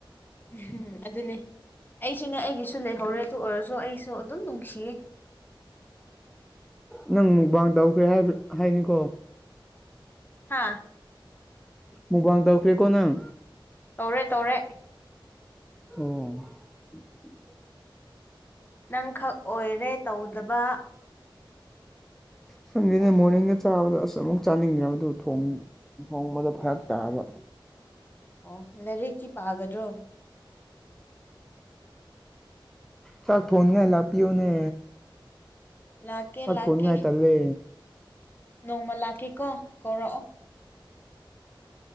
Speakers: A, on the left; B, in the centre.
A: ꯎꯝ ꯑꯗꯨꯅꯤ ꯑꯩꯁꯨꯅ° ꯑꯩꯒꯤꯁꯨ ꯂꯩꯍꯧꯔꯦ ꯑꯗꯨ ꯑꯣꯏꯔꯁꯨ ꯑꯩꯁꯨ ꯑꯗꯨꯝ ꯅꯨꯡꯁꯤꯌꯦ
B: ꯅꯪ ꯃꯨꯛꯕꯥꯥꯡ ꯇꯧꯈ꯭ꯔꯦ ꯍꯥꯏꯕ ꯍꯥꯏꯅꯤꯀꯣ
A: ꯍꯥꯥ
B: ꯃꯨꯕꯥꯥꯡ ꯗꯗꯥꯎꯈ꯭ꯦꯀꯣ ꯅꯪ
A: ꯇꯧꯔꯦ ꯇꯧꯔꯦ
B: ꯑꯣ
A: ꯅꯪꯈꯛ ꯑꯣꯏꯔꯦ ꯇꯧꯗꯕ
B: ꯁꯪꯁꯤꯅꯦ ꯃꯣꯔꯅꯤꯡꯗ ꯆꯥꯕꯗ ꯑꯁ ꯑꯃꯨꯛ ꯆꯥꯅꯤꯡꯈ꯭ꯔꯕꯗꯨ ꯊꯣꯡ ꯊꯣꯡꯕꯗ ꯐꯔꯛ ꯇꯥꯕ
A: ꯑꯣ ꯂꯥꯏꯔꯤꯛꯇꯤ ꯄꯥꯒꯗ꯭ꯔꯣ
B: ꯆꯥꯛ ꯊꯣꯡꯉꯥꯏ ꯂꯥꯛꯄꯤꯌꯣꯅꯦ
A: ꯂꯥꯛꯀꯦ
B: ꯆꯥꯛ
A: ꯂꯥꯛꯀꯦ
B: ꯊꯣꯡꯉꯥꯏ ꯇꯜꯂꯦ
A: ꯅꯣꯡꯃ ꯂꯥꯛꯀꯦꯀꯣ ꯀꯧꯔꯛꯑꯣ